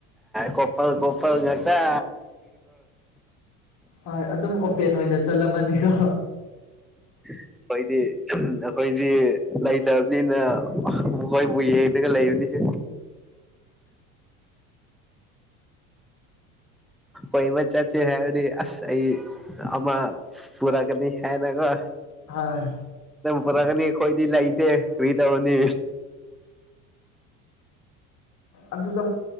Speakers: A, in the centre; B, on the left.
A: ꯀꯣꯄꯥꯜ ꯀꯣꯄꯜ ꯉ ꯀ
B: ꯍꯣꯏ ꯑꯗꯨꯝ ꯑꯣꯄꯦꯟ ꯑꯣꯏꯅ ꯆꯠꯂꯝꯃꯅꯤꯀꯣ
A: ꯑꯩꯈꯣꯏꯗꯤ ꯑꯩꯈꯣꯏꯗꯤ ꯂꯩꯇꯕꯅꯤꯅ ꯃꯈꯣꯏꯕꯨ ꯌꯦꯡꯉꯒ ꯂꯩꯕꯅꯤ <unintelligible> ꯑꯩꯣꯏ ꯃ ꯆꯥꯆꯦ ꯍꯥꯏꯔꯗꯤ ꯑꯁ ꯑꯩ ꯑꯃ ꯄꯨꯔꯥꯀꯅꯤ ꯍꯥꯏꯅ ꯀꯣ
B: ꯍꯥꯏꯣꯏ
A: ꯐꯔꯒꯅꯤ ꯀꯣꯏꯗꯤ ꯂ ꯏꯗꯦ ꯀꯔꯤꯗꯥ ꯑꯣꯅꯤ
B: ꯑꯗꯨꯗ